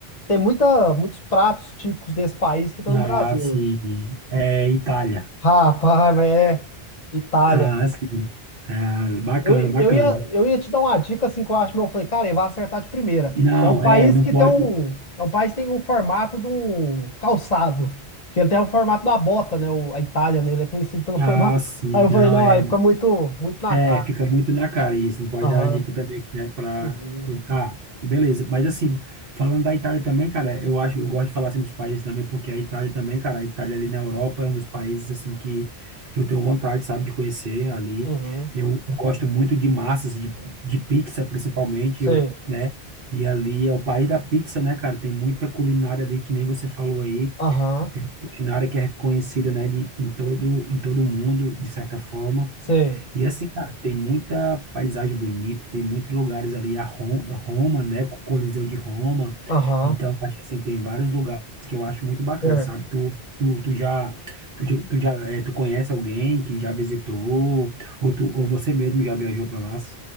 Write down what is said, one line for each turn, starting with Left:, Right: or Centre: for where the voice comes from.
Left: Tem muita, muitos pratos típicos desse país que estão
Right: Ah,
Left: no Brasil
Right: sim.
Left: hoje.
Right: É Itália.
Left: Rapaz, mas é. Itália.
Right: Ah, sim. Ah, bacana,
Left: Eu, eu
Right: bacana.
Left: ia, eu ia te dar uma dica assim que eu acho, mas eu falei, cara, ele vai acertar de primeira.
Right: Não,
Left: É um país
Right: é, não
Left: que
Right: pode.
Left: tem um, é um país que tem um formato de um calçado, porque ele tem o formato da bota, né? O- a Itália, né? Ele é conhecido pelo formato.
Right: Ah, sim,
Left: Aí eu falei,
Right: não,
Left: não,
Right: é.
Left: aí fica muito, muito na
Right: É,
Left: cara.
Right: fica muito na cara isso. Não pode
Left: Aham.
Right: dar uma dica também que é para
Left: Uhum.
Right: cuidar. Ah, beleza. Mas assim, falando da Itália também, cara, eu acho, eu gosto de falar assim dos países também, porque a Itália também, cara, a Itália ali na Europa é um dos países assim que, que eu tenho vontade, sabe, de conhecer ali.
Left: Uhum.
Right: Eu, eu gosto muito de massas, de, de pizza principalmente,
Left: Sei.
Right: eu, né? E ali é o país da pizza, né, cara? Tem muita culinária ali que nem você falou aí,
Left: Aham.
Right: culinária que é reconhecida, né, de, em todo em todo mundo, de certa forma.
Left: Sei.
Right: E assim, cara, tem muita paisagem bonita, tem muitos lugares ali, a Ro- Roma, né, o Coliseu de Roma.
Left: Aham.
Right: Então, acho que, assim, tem vários lugares que eu acho muito bacana,
Left: Certo.
Right: sabe? Tu, tu, tu já, tu, já, tu já, eh, tu conhece alguém que já visitou, ou, tu, ou você mesmo já viajou para lá?